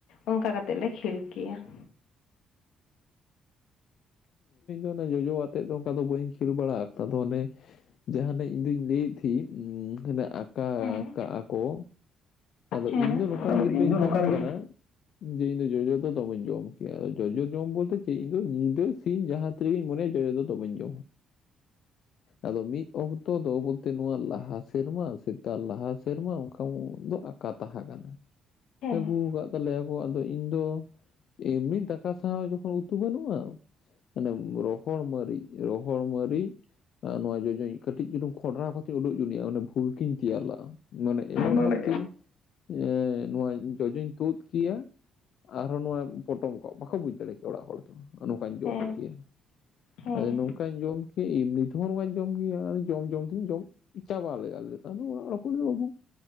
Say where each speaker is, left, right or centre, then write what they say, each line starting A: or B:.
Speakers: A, on the left; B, on the left.
A: ᱚᱱᱠᱟ ᱠᱟᱛᱮᱜ ᱞᱮ ᱠᱷᱮᱞ ᱠᱮᱭᱟ ᱾
B: ᱚᱸ ᱾ ᱮ ᱡᱚᱡᱚ ᱟᱛᱮᱫ ᱫᱚ ᱚᱱᱠᱟ ᱫᱚ ᱵᱟᱹᱧ ᱠᱷᱮᱞ ᱵᱟᱲᱟᱜ ᱫᱚ ᱚᱱᱮ ᱡᱟᱦᱟᱱᱟᱜ ᱤᱧ ᱫᱩᱧ ᱞᱟᱹᱭᱮᱫ ᱛᱷᱤᱜ ᱤᱧ ᱟᱠᱟ
A: ᱦᱮᱸ
B: ᱠᱟᱜ ᱠᱚ ᱟᱫᱚ
A: ᱦᱮᱸ
B: ᱤᱧ ᱫᱚ ᱱᱚᱝᱠᱟᱱ
A: ᱟᱫᱚ
B: ᱜᱤᱫᱽᱨᱟᱹᱧ
A: ᱤᱧ ᱫᱚ ᱱᱚᱝᱠᱟ
B: ᱛᱟᱦᱮᱸ
A: ᱞᱟᱹᱜᱤᱫ
B: ᱠᱟᱱᱟ ᱾ ᱡᱮ ᱤᱧ ᱫᱚ ᱡᱚᱡᱚ ᱫᱚ ᱫᱚᱢᱮᱧ ᱡᱚᱢ ᱠᱮᱭᱟ ᱟᱫᱚ ᱡᱚᱡᱚ ᱡᱚᱢ ᱵᱚᱞᱛᱮ ᱪᱮᱫ ᱤᱧ ᱫᱚ ᱧᱤᱫᱟᱹ ᱥᱤᱧ ᱡᱟᱦᱟᱸ ᱛᱟᱹᱣ ᱡᱮ ᱢᱚᱱᱭᱟ ᱡᱚᱡᱚ ᱫᱚ ᱫᱚᱢᱮᱧ ᱡᱚᱢᱟ
A: <unintelligible>
B: ᱾ ᱟᱫᱚ ᱢᱤᱫ ᱚᱠᱛᱚ ᱫᱚ ᱵᱚᱞᱛᱮ ᱱᱚᱣᱟ ᱞᱟᱦᱟ ᱥᱮᱨᱢᱟ ᱥᱮᱛᱟᱜ ᱞᱟᱦᱟ ᱥᱮᱨᱢᱟ ᱚᱱᱠᱟ ᱠᱟ ᱛᱟᱦᱮᱸ ᱠᱟᱱᱟ
A: ᱦᱮᱸ
B: ᱟᱹᱜᱩ ᱟᱠᱟᱫ ᱮᱭᱟᱠᱚ ᱟᱫᱚ ᱤᱧ ᱫᱚ ᱮᱢᱱᱤ ᱫᱟᱠᱟ ᱥᱟᱶ ᱡᱚᱠᱷᱚᱱ ᱩᱛᱩ ᱵᱟᱹᱱᱩᱜᱼᱟ ᱢᱟᱱᱮ ᱨᱚᱦᱚᱲ ᱢᱟᱹᱨᱤᱪ ᱨᱚᱦᱚᱲ ᱢᱟᱹᱨᱤᱪ ᱱᱚᱣᱟ ᱡᱚᱡᱚᱧ ᱠᱟᱹᱴᱤᱡ ᱪᱩᱞᱩ ᱠᱷᱰᱨᱟᱣ ᱠᱟᱛᱮᱧ ᱩᱰᱩᱠ ᱡᱚᱰᱤ ᱵᱷᱩᱞ ᱠᱤᱧ ᱛᱮᱭᱟᱨ ᱞᱮᱫᱟᱜᱼᱟ ᱢᱟᱱᱮ ᱮᱢᱚᱱ
A: ᱢᱟᱱᱮ
B: ᱵᱷᱟᱵ ᱛᱮᱧ ᱮᱸᱻ ᱱᱚᱣᱟ ᱡᱚᱡᱚᱧ ᱛᱩᱫ ᱠᱮᱭᱟ ᱟᱨᱦᱚᱸ ᱱᱚᱣᱟ ᱯᱚᱴᱚᱢ ᱠᱚᱜ ᱵᱟᱠᱚ ᱵᱩᱡᱽ ᱫᱟᱲᱮ ᱠᱮᱭᱟ ᱚᱲᱟᱜ ᱦᱚᱲ ᱾ ᱱᱚᱝᱠᱟᱧ ᱡᱚᱢ
A: ᱦᱮᱸ
B: ᱠᱮᱭᱟ
A: ᱦᱮᱸ
B: ᱟᱫᱚᱠᱟ ᱚᱱᱠᱟᱧ ᱡᱚᱢ ᱠᱮᱭᱟ ᱮᱢᱱᱤ ᱛᱮᱦᱚᱸ ᱚᱱᱠᱟᱧ ᱡᱚᱢ ᱠᱮ ᱡᱚᱢ ᱡᱚᱢ ᱛᱤᱧ ᱡᱚᱢ ᱪᱟᱵᱟ ᱞᱮᱞᱟᱞ ᱠᱷᱟᱱ ᱚᱲ ᱞᱮᱫ ᱵᱟᱹᱵᱩ